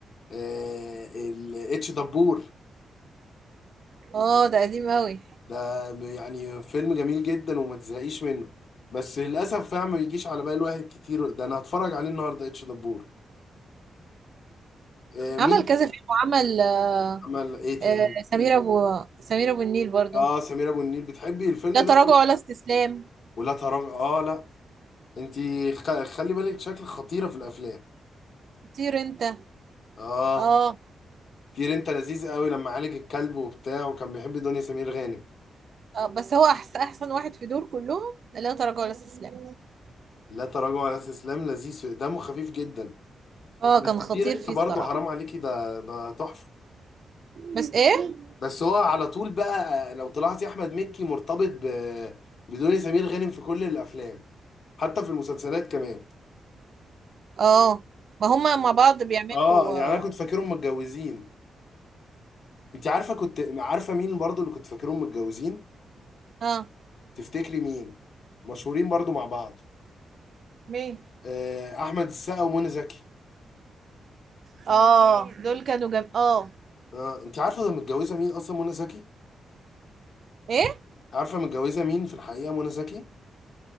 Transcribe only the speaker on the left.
آه الاتش دبور
ده يعني فيلم جميل جدا وما تزهقيش منه بس للاسف فعلا ما بيجيش على بال واحد كتير ده انا هتفرج عليه النهارده اتش دبور آه مين
تاني
عمل ايه تاني
اه سمير ابو النيل بتحبي الفيلم
ده ولا
ولا تراجع اه لا انتي خ- خلي بالك شكلك خطيرة في الافلام
اه
كتير انت لذيذ قوي لما عالج الكلب وبتاع وكان بيحب دنيا سمير غانم
لا تراجع ولا استسلام لذيذ دمه خفيف جدا
بس
كتير
انت برضه
حرام عليكي ده ده تحفه
بس هو على طول بقى لو طلعتي احمد مكي مرتبط ب بدنيا سمير غانم في كل الافلام حتى في المسلسلات كمان
اه يعني
انا كنت فاكرهم متجوزين انت عارفه كنت عارفه مين برضه اللي كنت فاكرهم متجوزين
تفتكري مين مشهورين برضه مع بعض
آه، احمد السقا ومنى زكي
اه انت عارفه ده متجوزه مين اصلا منى زكي
عارفه متجوزه مين في الحقيقه منى زكي